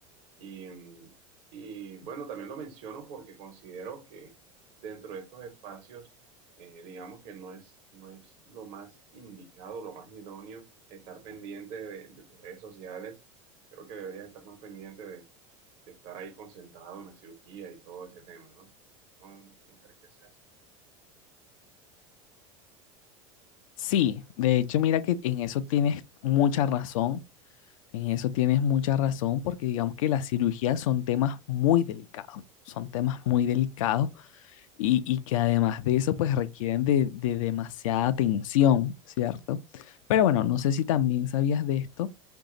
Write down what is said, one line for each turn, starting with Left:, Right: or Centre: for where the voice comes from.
Right: Y, mm, y, bueno, también lo menciono porque considero que dentro de estos espacios, eh, digamos que no es, no es lo más indicado, lo más idóneo estar pendiente de, de tus redes sociales. Creo que deberías estar más pendiente de, de estar ahí concentrado en la cirugía y todo ese tema, ¿no? ¿No, no, no crees que sea así?
Left: Sí, de hecho, mira que en eso tienes mucha razón, en eso tienes mucha razón, porque digamos que las cirugías son temas muy delicados, son temas muy delicados y, y que además de eso, pues requieren de, de demasiada atención, ¿cierto? Pero bueno, no sé si también sabías de esto,